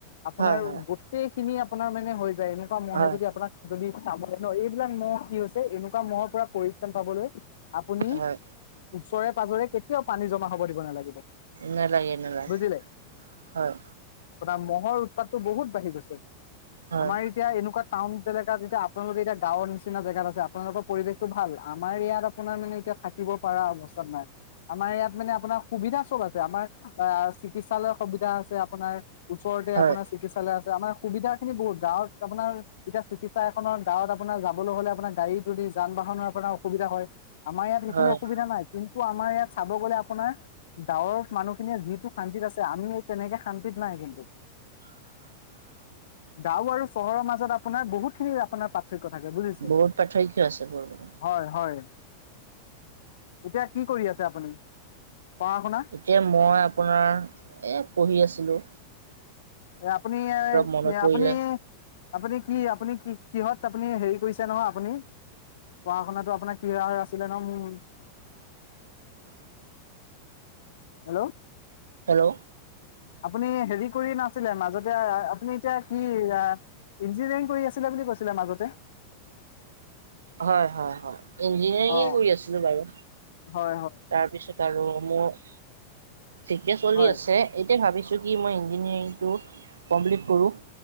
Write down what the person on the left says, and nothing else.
আপোনাৰ
গোটেইখিনি আপোনাৰ মানে হৈ যায় এনেকুৱা মইয়ে
যদি আপোনাক যদি চাবলৈ ন, এইবিলাক মহ কি হৈছে এনেকুৱা মহৰ পৰা পৰিত্ৰাণ পাবলৈ আপুনি
ওচৰে পাজৰে কে কিয় পানী জমা হ'ব দিব নালাগিব,
বুজিলে।
আপোনাৰ মহৰ উৎপাতটো বহুত বাঢ়ি গৈছে,
আমাৰ ই এতিয়া এনেকুৱা টাউন এলেকাত এতিয়া আপোনালোকে এতিয়া গাঁৱৰ নিচিনা জেগাত আছে আপোনালোকৰ পৰিৱেশটো ভাল। আমাৰ ইয়াত আ আপোনাৰ মানে এতিয়া থাকিব পৰা অৱস্থাত নাই। আমাৰ ইয়াত মানে আপোনাৰ সুবিধা চব আছে। আমাৰ আ চিকিৎসালয় সুবিধা আছে আপোনাৰ। ওচৰতে
আপোনাৰ চিকিৎসালয় আছে। আমাৰ সুবিধা খিনি বহুত। গাঁৱত আপোনাৰ এতিয়া চিকিৎসা এখনৰ গাঁৱত আপোনাৰ যাবলৈ হ'লে আপোনাৰ গাড়ী তুলি যান বাহনৰ আপোনাৰ অসুবিধা হয়। আমাৰ ইয়াত সেইখিনি
অসুবিধা নাই। কিন্তু আমাৰ ইয়াত চাব গ'লে আপোনাৰ ডাৱৰ মানুহখিনিয়ে যিটো শান্তিত আছে, আমি এ তেনেকে শান্তিত নাই কিন্তু।
গাঁও আৰু চহৰৰ মাজত আপোনাৰ বহুত খিনি আপোনাৰ পা ৰ্থক্য থাকে বুলিছে,
হয় হয়। এতিয়া কি কৰি আছে আপুনি? পঢ়া শুনা?
এ, আপুনি এই
আপুনি আপুনি কি আপুনি কি কিহত আপুনি হেৰি কৰিছে নহয় আপুনি? পঢ়া শুনাতো আপোনাৰ ক্ৰিয়াৰ আছিলে ন' উম।
হেল্ল
আপুনি হেৰি কৰি নাছিলে, মাজতে আ আপুনি এতিয়া কি আ ইঞ্জিনিয়াৰিং কৰি আছিলে বুলি কৈছিলে মাজতে।
অ
হয় হ।
হয়